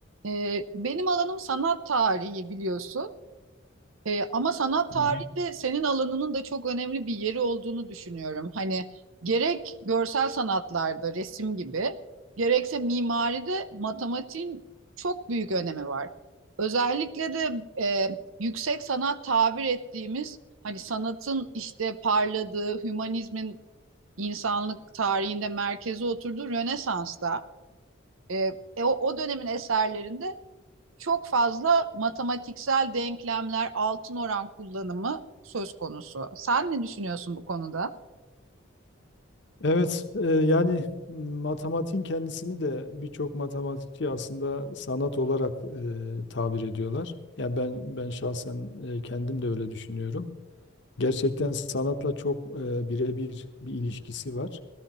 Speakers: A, on the right; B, on the left.
A: Ee, benim alanım sanat tarihi biliyorsun. Ee, ama sanat tarihinde
B: Hmm.
A: senin alanının da çok önemli bir yeri olduğunu düşünüyorum. Hani gerek görsel sanatlarda resim gibi, gerekse mimaride matematiğin çok büyük önemi var. Özellikle de e, yüksek sanat tabir ettiğimiz hani sanatın işte parladığı, hümanizmin insanlık tarihinde merkeze oturduğu Rönesans'ta e, e, o o dönemin eserlerinde çok fazla matematiksel denklemler, altın oran kullanımı söz konusu. Sen ne düşünüyorsun bu konuda?
B: Evet, e, yani m, matematiğin kendisini de birçok matematikçi aslında sanat olarak e, tabir ediyorlar. Ya ben ben şahsen e, kendim de öyle düşünüyorum. Gerçekten sanatla çok e, birebir bir ilişkisi var.